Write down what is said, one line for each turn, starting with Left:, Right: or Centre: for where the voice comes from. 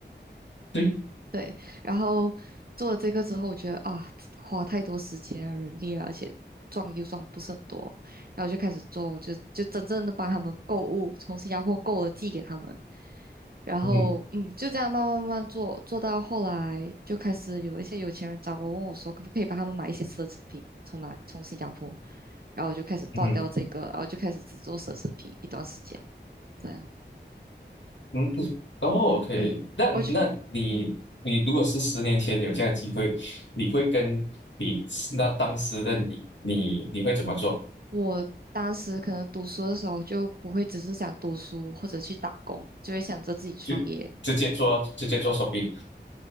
Left: 对，
Right: 对，然后做了这个之后，我觉得啊，花太多时间啊、人力啊，而且赚又赚不是很多，然后就开始做，就就真正的帮他们购物，从新加坡购了寄给他们，然后嗯，
Left: 嗯哼
Right: 就这样慢慢慢慢做，做到后来就开始有一些有钱人找我，问我说可不可以帮他们买一些奢侈品，从哪从新加坡，然后我就开始断掉这个，
Left: 嗯哼
Right: 然后就开始只做奢侈品一段时间，这样，
Left: 嗯，哦，OK，
Right: 嗯，
Left: 那那你你如果是十年前有这样的机会，
Right: 我就。嗯。
Left: 你会跟你那当时的你，你你会怎么做？
Right: 我当时可能读书的时候就不会只是想读书或者去打工，就会想着自己创业。
Left: 就直接做直接做手臂，